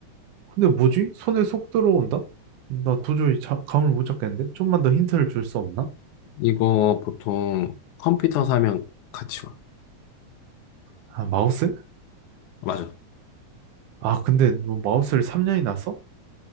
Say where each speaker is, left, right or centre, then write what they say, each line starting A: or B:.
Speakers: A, on the right (about 85°); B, on the left (about 80°).
A: 근데 뭐지? 손에 쏙 들어온다? 나 도저히 자- 감을 못 잡겠는데? 좀만 더 힌트를 줄 수 없나?
B: 이거 보통 컴퓨터 사면 같이 와.
A: 아, 마우스?
B: 맞아.
A: 아, 근데 너 마우스를 3년이나 써?